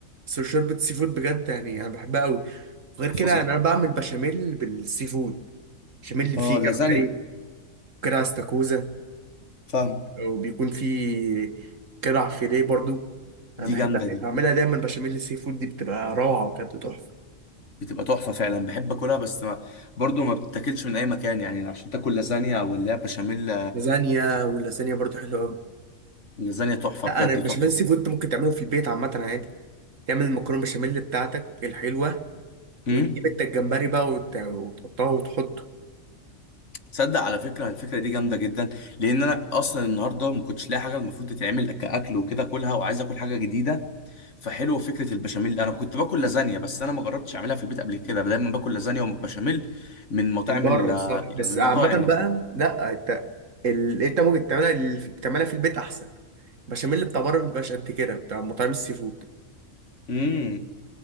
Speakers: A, on the right; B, on the left.
A: بس شوربة سي فود بجد يعني أنا بحبها أوي وغير كده
B: فظيعة
A: يعني أنا بعمل بشاميل بالسي فود بشاميل اللي
B: اه
A: فيه
B: اللازانيا
A: جمبري وكرع استاكوزا
B: فاهم
A: وبيكون فيه كرع فيليه برضو أنا
B: دي
A: بحب
B: جامده
A: يعني
B: دي
A: بعملها دايما بشاميل السي فود دي بتبقى روعة وكانت تحفة
B: بتبقى تحفة فعلا بحب اكلها بس ما برضو ما بتاكلش من اي مكان يعني عشان تاكل لازانيا او اللي هي بشاميل
A: لازانيا واللازانيا برضو حلوة أوي
B: اللازانيا تحفة
A: لا
B: بجد
A: أنا البشاميل
B: تحفة
A: السي فود تعمله ممكن تعمله في البيت عامة عادي تعمل المكرونة بشاميل بتاعتك الحلوة وتجيب
B: امم
A: انت الجمبري بقى وت- وتحطها وتحطه
B: تصدق على فكرة الفكرة دي جامدة جدا لان انا اصلا النهاردة ما كنتش لاقي حاجة المفروض تتعمل كاكل وكده اكلها وعايز اكل حاجة جديدة فحلو فكرة البشاميل انا كنت باكل لازانيا بس انا ما جربتش اعملها في البيت قبل كده دايما باكل لازانيا وبشاميل من مطاعم
A: من بره
B: ال-
A: صح
B: يعني
A: بس
B: من المطاعم
A: عامة
B: نفسها
A: بقى لا انت ال... انت ممكن تعملها ال... تعملها في البيت احسن البشاميل بتاع بره مبيبقاش قد كده بتاع مطاعم السي فود
B: امم